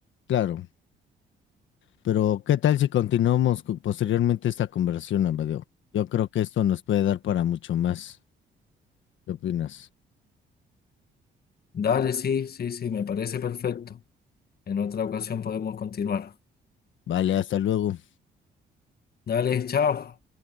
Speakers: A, on the left; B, on the left.
A: claro. Pero, ¿qué tal si continuamos co- posteriormente esta conversación, Amadeo? Yo creo que esto nos puede dar para mucho más. ¿Qué opinas?
B: Dale, sí, sí, sí, me parece perfecto. En otra ocasión podemos continuar.
A: Vale, hasta luego.
B: Dale, chao.